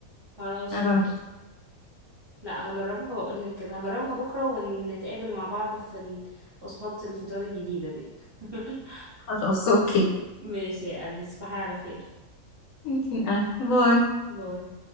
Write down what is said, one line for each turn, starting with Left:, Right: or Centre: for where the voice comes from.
Right: خلاص
Left: انا بعمل
Right: ماشي
Left: كده
Right: لا هجربها واقول لك كده هجربها بكرة ونتقابل مع بعض في وصفات الفطار الجديدة دي <laughs>
Left: خلاص اوكي
Right: ماشي يا قلبي تصبحي على خير
Left: <laughs> انت من أهل. باي
Right: باي